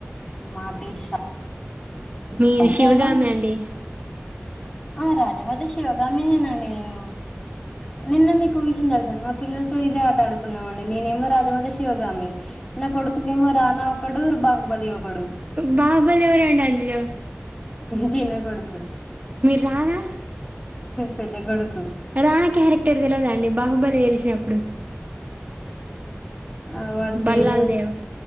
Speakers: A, on the left; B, on the right.
A: నా మాటే శా
B: మీరు
A: ఈ
B: శివగామి
A: డైలాగ్
B: అండి
A: ఆ రాజమత శివగామిినండి అయ్యో నిన్న మీకు విషయం తెలుసా అండి మా పిల్లలతో ఇదే ఆట ఆడుకు కున్నామండి నేనేమో రాజమాత శివగామి నా కొడుకులు ఏమో రానా ఒకడు బాహుబలి ఒకడు.
B: బాహుబలి ఎవరండి అందులో
A: చిీన్నె కొడుకు
B: మీరు రానా
A: పెద్ద కొడుకు
B: రానా క్యారెక్టర్ తెలువదండి బాహుబలి తెలిసినప్పుడు
A: ఆ వాడు
B: బల్లాల్
A: పేరు
B: దేవ్